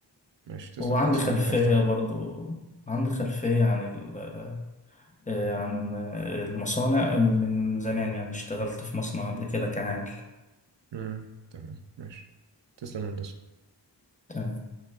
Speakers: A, on the right (about 75°); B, on the left (about 15°).
A: ماشي تسلم
B: وعندي
A: يا هندسة
B: خلفية
A: على النقاش ده
B: برضو عندي خلفية عن ال... آه، عن آه، المصانع من زمان يعني اشتغلت في مصنع قبل كده كعامل
A: امم تمام ماشي تسلم يا هندسة
B: تمام